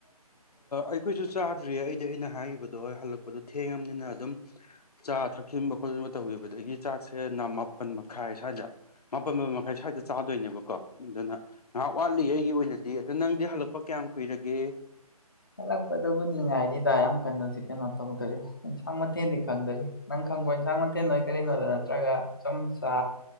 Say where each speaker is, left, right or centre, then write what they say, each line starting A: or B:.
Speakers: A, on the left; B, on the left.
A: ꯑꯩꯈꯣꯏꯁꯨ ꯆꯥꯗ꯭ꯔꯤ ꯑꯩꯗꯤ ꯑꯩꯅ ꯍꯥꯏꯈꯤꯕꯗꯣ ꯍꯜꯂꯛꯄꯗꯣ ꯊꯦꯡꯉꯕꯅꯤꯅ ꯑꯗꯨꯝ ꯆꯥ ꯊꯛꯆꯟꯕ ꯈꯣꯠꯆꯤꯟꯕ ꯇꯧꯈꯤꯕꯗꯒꯤ ꯆꯥꯛꯁꯦ ꯃꯥꯄꯟ ꯃꯈꯥꯏ ꯁ꯭ꯋꯥꯏꯗ ꯃꯥꯄꯜ ꯃꯥꯄꯟ ꯃꯈꯥꯏ ꯁ꯭ꯋꯥꯏꯗ ꯆꯥꯗꯣꯏꯅꯦꯕꯀꯣ ꯑꯗꯨꯅ ꯉꯥꯏꯍꯥꯛ ꯋꯥꯠꯂꯤ ꯑꯩꯒꯤ ꯑꯣꯏꯅꯗꯤ ꯑꯗ ꯅꯪꯗꯤ ꯍꯜꯂꯛꯄ ꯀꯌꯥꯝ ꯀꯨꯏꯔꯒꯦ
B: ꯍꯂꯛꯄꯗꯕꯨꯗꯤ ꯉꯥꯏꯔꯤꯗꯥ ꯌꯥꯝ ꯀꯩꯅꯣꯖꯤ ꯀꯩꯅꯣ ꯇꯧ ꯀꯔꯤ ꯑꯦꯟꯁꯥꯡ ꯃꯊꯦꯜꯗꯤ ꯈꯪꯗꯔꯤ ꯅꯪ ꯈꯪꯕ ꯑꯦꯟꯁꯥꯡ ꯃꯊꯦꯜ ꯅꯣꯏ ꯀꯔꯤꯅꯣꯗ ꯅꯠꯇ꯭ꯔꯒ ꯁꯨꯝ ꯆ